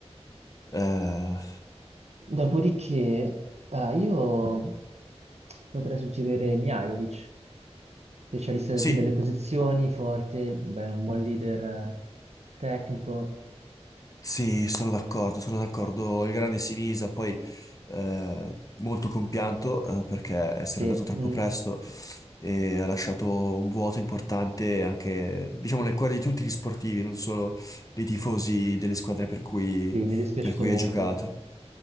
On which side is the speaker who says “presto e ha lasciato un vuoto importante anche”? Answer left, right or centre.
Left